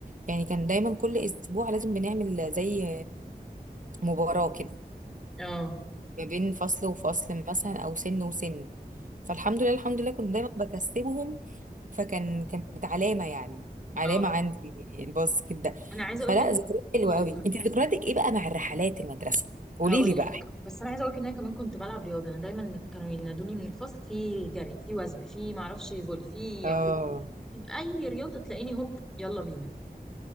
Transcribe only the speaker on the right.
يعني كان دايما كل أسبوع لازم بنعمل زي مباراة كده
ما بين فصل وفصل مثلا أو سن وسن فالحمد لله الحمد لله كنت دايما بكسبهم فكان كانت علامة يعني علامة
عندي الباسكت ده
فلا
ذكريات حلوة
قوي
انت ذكرياتك ايه بقى مع الرحلات المدرسة قولي
لي
بقى
اه